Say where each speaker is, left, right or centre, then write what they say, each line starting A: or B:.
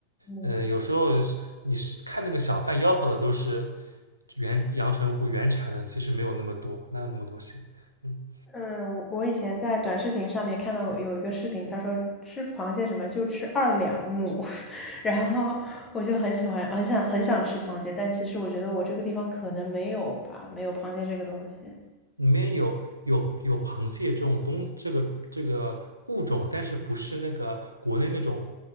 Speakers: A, on the left; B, on the right.
A: 嗯
B: 嗯，有时候你是看那个小贩吆喝的都是原阳澄湖原产的，其实没有那么多，哪有那么多蟹。嗯
A: 嗯，我我以前在短视频上面看到有一个视频，他说吃螃蟹什么就吃二两母，<laughs> 然后我就很喜欢，很想很想吃螃蟹，但其实我觉得我这个地方可能没有吧，没有螃蟹这个东西。
B: 里面有有有螃蟹这种东这个这个物种，但是不是那个国内那种